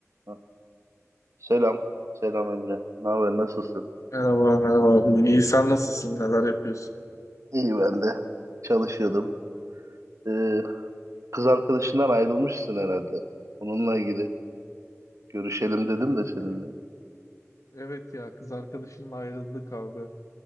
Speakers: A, on the right; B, on the left.
A: Ha, Selam. Selam Emre. Ne haber? Nasılsın?
B: Merhaba, merhaba abi. İyi, sen nasılsın? Neler yapıyorsun?
A: İyi ben de. Çalışıyordum. Ee, kız arkadaşından ayrılmışsın herhalde. Onunla ilgili görüşelim dedim de seninle.
B: Evet evet ya kız arkadaşımla ayrıldık abi.